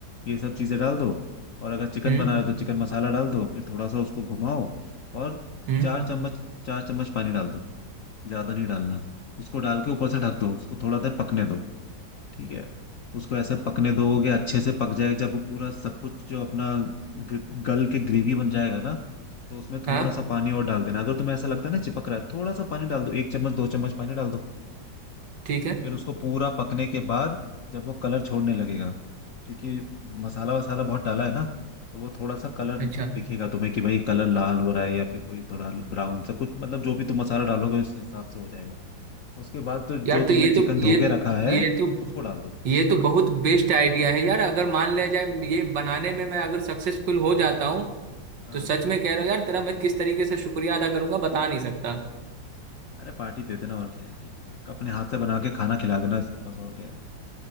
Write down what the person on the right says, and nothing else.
हम्म
हम्म
हाँ
ठीक है
अच्छा
यार तो
ये
तो ये
ये तो
ये तो बहुत बेस्ट आइडिया है यार अगर मान लिया जाए ये बनाने में मैं अगर सक्सेसफुल हो जाता हूँ
तो सच में कह रहा हूँ यार तेरा मैं किस तरीके से शुक्रिया अदा करूंगा बता नहीं सकता